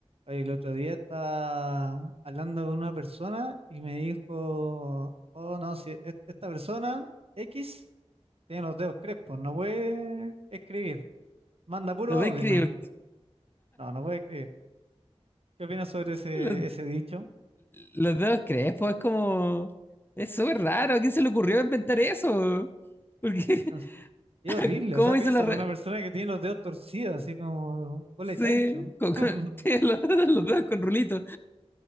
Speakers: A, on the right; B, on the left.
A: Oye, El otro día estaba hablando con una persona y me dijo, oh no, si es- esta persona X tiene los dedos crespos, no puede escribir, manda puro
B: No voy
A: audio,
B: a creer.
A: no, no, no puede escribir. ¿Qué opinas sobre ese,
B: Los,
A: ese dicho?
B: los dedos crespos, es como. Es súper raro. ¿A quién se le ocurrió inventar eso? Porque,
A: No sé. Es horrible,
B: <laughs> ¿cómo
A: o sea,
B: hizo
A: piénsalo,
B: la. re-
A: una persona que tiene los dedos torcidos, así como cole
B: Sí,
A: chancho.
B: con-
A: <laughs>
B: con- <laughs> tiene los, los dedos con rulitos.